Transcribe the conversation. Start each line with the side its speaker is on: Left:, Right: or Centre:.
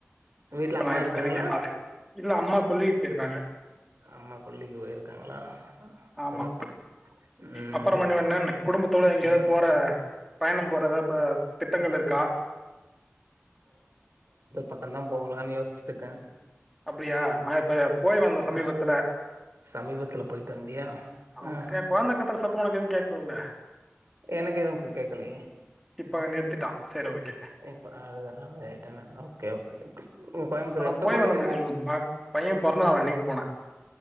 Right: வீட்ல
Centre: இப்ப நா
Right: அம்மா
Centre: <unintelligible>
Right: இருக்காங்களா
Centre: இல்ல அம்மா கொள்ளைக்கு போயிருக்காங்க
Right: அம்மா கொல்லிக்கு போயிருக்காங்களா
Centre: ஆமா
Right: சிறப்பு ம்
Centre: அப்பறம் மணிவண்ணன் குடும்ப த்தோட எங்யாது
Right: ம்
Centre: போற பயணம் போறதா ப திட்டங்கள் இருக்கா
Right: பக்கொந்தா போகலான் யோசிச்சுட்டுக்கே
Centre: அப்டியா நா இப்ப போய் வந்தெ சமீபத்துல
Right: அஹ், சமீபத்துல போயிட்டு வந்தியா
Centre: ஆமா
Right: ஆ ஆ
Centre: எ கொழந்த கத்துற சத்த உனக்கு எதுவு கேக்கலல்ல
Right: எனக்கு எதுவு கேக்கலயே
Centre: இப்ப நிறுத்திட்டான் சரி ஓகே
Right: இப்ப அழுத ரைட் என‌ ஓகே ஓகே கோயம்புத்தூர்
Centre: இப்பனா
Right: எப்ப
Centre: போய்
Right: போனீங்க
Centre: வந்த மனிவண்ணன் ப பைய பொறந்தநாள் அன்னக்கி போனே